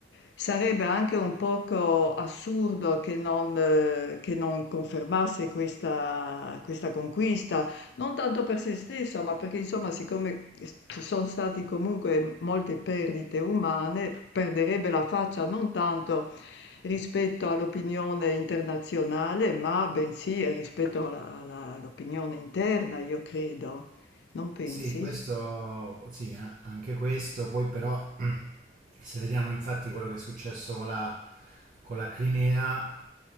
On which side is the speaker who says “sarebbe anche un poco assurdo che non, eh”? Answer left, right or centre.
Left